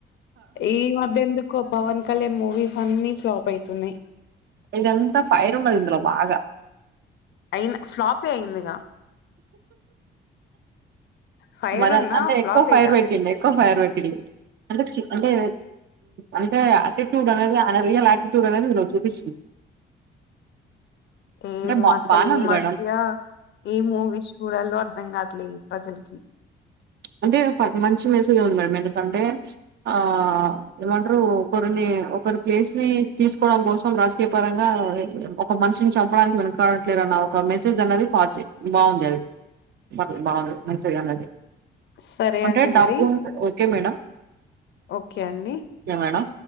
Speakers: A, on the left; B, on the right.
A: ఈ మధ్య ఎందుకో పవన్ కళ్యాణ్ మూవీస్ అన్ని ఫ్లాప్ అయితున్నాయి
B: ఇదంతా ఫైర్ ఉండదు ఇందులో బాగా
A: అయిన ఫ్లాప్ అయిందిగా ఫైర్
B: మరి
A: ఉన్నా
B: అంటే
A: ఫ్లాపేగా
B: ఎక్కువ ఫైర్ పెట్టిండు ఎక్కువ ఫైర్ పెట్టిండు అంటే చి చి అంటే అంటే ఆటిట్యూడ్ అనేది అయాన రీయల్ ఆటిట్యూడ్ అనేది చూపించు
A: ఏం
B: బా
A: అసలు
B: బానే
A: ఈ
B: ఉంది
A: మధ్య
B: మేడం
A: ఏ మూవీస్ చుడాలో అర్ధం కావట్లే ఈ ప్రజలకి
B: అంటే మంచి మెసేజ్ వుంది మేడమ్ ఎందుకంటే ఆ ఏమంటారు కొరిన్ని ఒకరి ప్లేస్ ని తీసుకోవడం కోసం రాజకీయ పరంగా ఒక మనిషిని చంపడానికి మ కాట్లేదు ద్గర నా ఒక మెసేజ్ అన్నది పాస్ చెయ్ బాగుంది అది బాగుంది మెసేజ్ అన్నది
A: సరే
B: అంటే
A: అండి
B: డబ్బు
A: మరి
B: ఉంట ఓకే మేడం
A: ఓకే అండి
B: మేడం